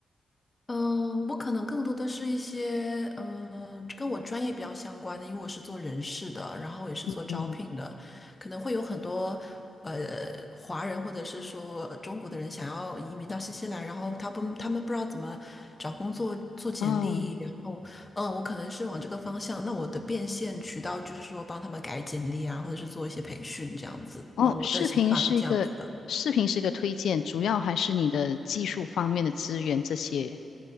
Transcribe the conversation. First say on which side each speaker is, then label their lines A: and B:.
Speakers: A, on the left; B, on the left.
A: 嗯，我可能更多的是一些嗯跟我专业比较相关的，因为我是做人事的，然后也是做招聘的，
B: 嗯，
A: 可能会有很多呃华人或者是说呃中国的人想要移民到新西兰，然后他不他们不知道怎么找工作、做简历，
B: 哦，
A: 然后嗯，我可能是往这个方向。那我的变现渠道就是说帮他们改简历啊，或者是做一些培训这样子。
B: 哦，
A: 嗯，我的想法是这样子的。
B: 视频是一个视频是一个推荐，主要还是你的技术方面的资源这些。